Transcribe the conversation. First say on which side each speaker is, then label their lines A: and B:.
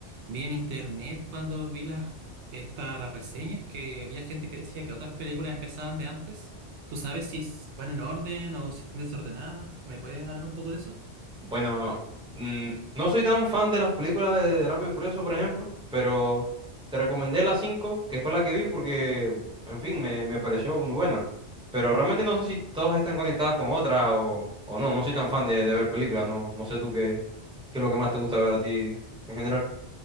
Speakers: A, on the right; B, in the centre.
A: vi en internet cuando vi las esta- las reseñas que había gente que decía que otras películas empezaban de antes. ¿Tú sabes si s- van en orden o si están desordenadas? ¿Me puedes hablar un poco de eso?
B: Bueno, mm, no soy tan fan de las películas de Rápido y Furioso, por ejemplo, pero te recomendé la 5 que fue la que vi porque, en fin, me, me pareció muy buena. Pero realmente no sé si todas están conectadas con otras o, o no, no soy tan fan de, de ver películas, no, no sé tú qué, qué es lo que más te gusta ver a ti en general.